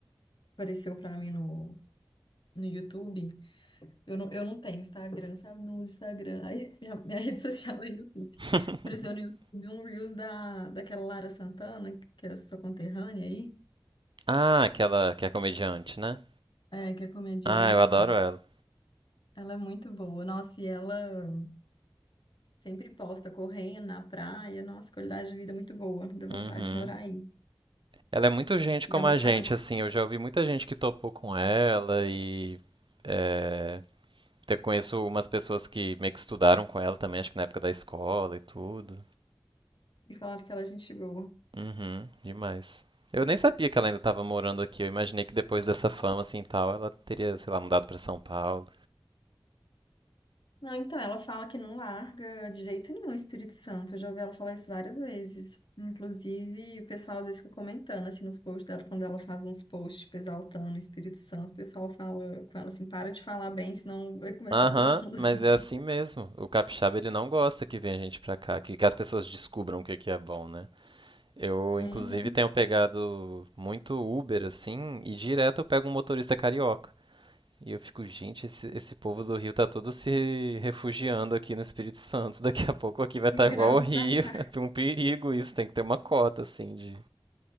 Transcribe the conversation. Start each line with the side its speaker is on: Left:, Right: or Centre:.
Left: apareceu para mim no, no YouTube. Eu não, eu não tenho Instagram, sabe? Não uso Instagram. Aí, <laughs> minha, minha rede social é YouTube.
Right: <laughs>
Left: Apareceu no YouTube um Reels da, daquela Lara Santana, que é sua conterrânea aí,
Right: Ah, aquela que é comediante, né?
Left: é, que é comediante.
Right: Ah, eu adoro ela.
Left: Ela é muito boa. Nossa, e ela sempre posta correndo na praia. Nossa, qualidade de vida é muito boa. Dá vontade
Right: Uhum.
Left: de morar aí.
Right: Ela é muito gente como
Left: E ela
Right: a gente,
Left: fala,
Right: assim. Eu já ouvi muita gente que topou com ela e é, te- conheço umas pessoas que meio que estudaram com ela também, acho que na época da escola e tudo.
Left: e falaram que ela é gente boa.
Right: Uhum, demais. Eu nem sabia que ela ainda estava morando aqui. Eu imaginei que depois dessa fama assim e tal, ela teria, sei lá, mudado para São Paulo.
Left: Não, então, ela fala que não larga de jeito nenhum o Espírito Santo. Eu já ouvi ela falar isso várias vezes. Inclusive, o pessoal às vezes fica comentando, assim, nos posts dela, quando ela faz uns posts, tipo, exaltando o Espírito Santo, o pessoal fala com ela assim, para de falar bem, senão vai começar
Right: Aham,
Left: todo mundo
Right: mas
Left: a vir.
Right: é assim mesmo. O capixaba ele não gosta que venha gente pra cá, que, que as pessoas descubram o que que é bom, né? Eu,
Left: uhum,
Right: inclusive, tenho pegado muito Uber, assim, e direto eu pego um motorista carioca. E eu fico, gente, esse, esse povo do Rio tá todo se refugiando aqui no Espírito Santo. <laughs> Daqui a pouco aqui vai
Left: migrando
Right: estar igual ao Rio.
Left: pra cá.
Right: <laughs> É um perigo isso, tem que ter uma cota, assim, de...